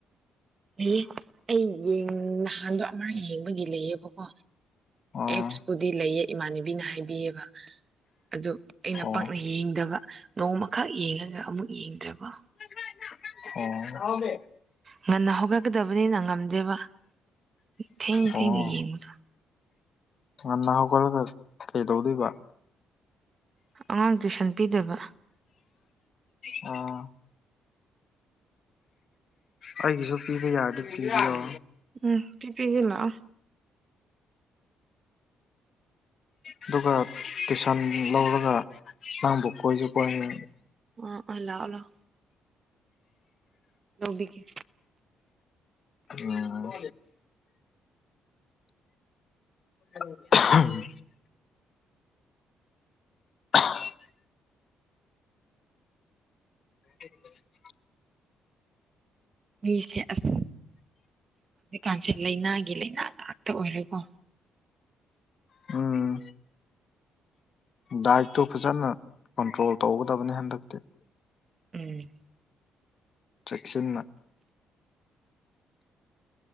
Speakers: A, on the right (about 35°); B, on the left (about 50°).
A: ꯂꯩꯌꯦ ꯑꯩ ꯌꯦꯡ ꯅꯍꯥꯟꯗꯣ ꯑꯃ ꯌꯦꯡꯕꯒꯤ ꯂꯩꯌꯦꯕꯀꯣ
B: ꯑꯣ
A: ꯑꯦꯛꯁꯄꯨꯗꯤ ꯂꯩꯌꯦ ꯏꯃꯥꯟꯅꯕꯤꯅ ꯍꯥꯏꯕꯤꯌꯦꯕ ꯑꯗꯨ ꯑꯩꯅ
B: ꯑꯣ
A: ꯄꯥꯛꯅ ꯌꯦꯡꯗꯕ ꯅꯣꯡꯃꯈꯛ ꯌꯦꯡꯉꯒ ꯑꯃꯨꯛ ꯌꯦꯡꯗ꯭ꯔꯕ
B: <unintelligible> ꯑꯣ <unintelligible>
A: ꯉꯟꯅ ꯍꯧꯒꯠꯀꯗꯕꯅꯤꯅ ꯉꯝꯗꯦꯕ ꯊꯦꯡ
B: ꯑꯣ
A: ꯊꯦꯡꯅ ꯌꯦꯡꯕ
B: ꯉꯟꯅ ꯍꯧꯒꯠꯂꯒ ꯀꯩꯇꯧꯗꯣꯏꯕ
A: ꯑꯉꯥꯡ ꯇꯨꯏꯁꯟ ꯄꯤꯗꯕ
B: ꯑꯣ ꯑꯩꯒꯤꯁꯨ ꯄꯤꯕ ꯌꯥꯔꯗꯤ ꯄꯤꯕꯤꯌꯣ
A: ꯎꯝ ꯄꯤꯕꯤꯒꯦ ꯂꯥꯛꯑꯣ
B: ꯑꯗꯨꯒ ꯇꯨꯏꯁꯟ ꯂꯧꯔꯒ ꯅꯪꯕꯨ ꯀꯣꯏꯒꯦꯀꯣ ꯍꯌꯦꯡ
A: ꯎꯝ ꯎꯝ ꯂꯥꯛꯑꯣ ꯂꯥꯛꯑꯣ ꯂꯧꯕꯤꯒꯦ
B: ꯑꯣ <unintelligible> <unintelligible> <inaudible>
A: ꯃꯤꯁꯦ ꯑꯁ ꯍꯧꯖꯤꯛꯀꯥꯟꯁꯦ ꯂꯩꯅꯥꯒꯤ ꯂꯩꯅꯥ ꯉꯥꯛꯇ ꯑꯣꯏꯔꯦꯀꯣ
B: ꯑꯝ ꯗꯥꯏꯠꯇꯣ ꯐꯖꯅ ꯀꯟꯇ꯭ꯔꯣꯜ ꯇꯧꯒꯗꯕꯅꯤ ꯍꯟꯗꯛꯇꯤ
A: ꯑꯝ
B: ꯆꯦꯛꯁꯤꯟꯅ